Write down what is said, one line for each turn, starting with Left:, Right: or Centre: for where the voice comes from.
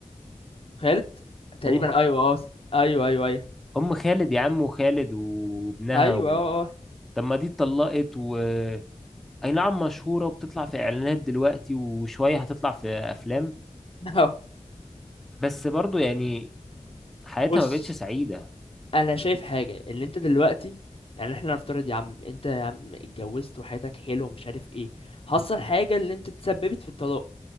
Left: خالد تقريبا
Centre: ام
Left: ايوه اه ايوه ايوه ايوه
Centre: ام خالد يا عم خالد وابنها
Left: ايوه
Centre: و...
Left: اه
Centre: طب ما دي اتطلقت و اي نعم مشهوره وبتطلع في اعلانات دلوقتي وشويه هتطلع في افلام
Left: آه.
Centre: بس برضو يعني حياتها
Left: <laughs> بص
Centre: ما بقتش سعيده
Left: انا شايف حاجه اللي انت دلوقتي يعني احنا نفترض يا عم انت يا عم اتجوزت وحياتك حلوه ومش عارف ايه حصل حاجه اللي انت تسببت في الطلاق